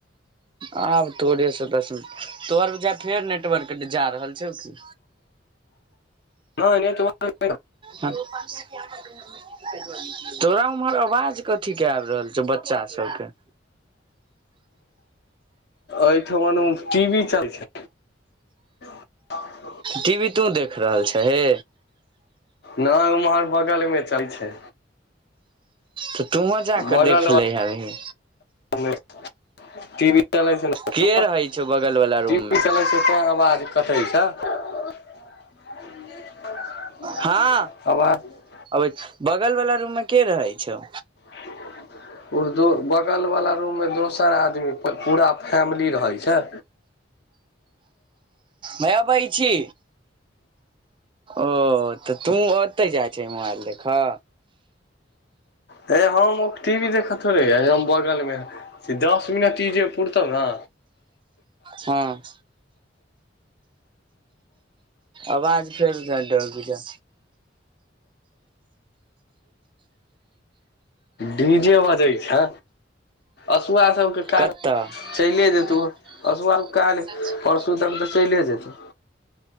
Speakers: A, on the right; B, on the left.
A: आब तोरे से दस मिनट तोहर बुझाइ छो फेर नेटवर्क जा रहल छौ की
B: <inaudible> हं नेटवर्क
A: हँ <inaudible> <unintelligible> तोरा उम्हर आवाज कथी क आब रहल छौ बच्चा सबके
B: एठमन टी भी चल छै <inaudible>
A: टी वी तों देख रहल छ हे
B: नहि उम्हर बगलमे चलै छै
A: तऽ तुआँ जाकऽ
B: बगल
A: देख लै ह अभी
B: मे ट <unintelligible> वी चलै छै <unintelligible>
A: के रहै छौ बगल वाला
B: टी
A: रूम मे
B: वी चलै छै तैँ आवाज कटय छै <unintelligible>
A: हँ
B: आवाज
A: आबैच बगल वाल रूम मे के रहै छौ
B: <inaudible> उर्दू बगलवला रूममे दोसर आदमी पूरा फैमिली रहैत छै
A: हैया अबय छी ओ तऽ तू ओते जाइ छी मोबाइल देखऽ
B: हे हम ओ टीवी देख थोड़े हम बगलमे छी दस मिनट ई जे पुरतौ ने
A: हँ आवाज फेर डर जा
B: डी जेे बजै छ असुआ सबके काज
A: कतऽ
B: चैले देतौ असुआ काल्हि परसू तक तऽ चलि जेतौ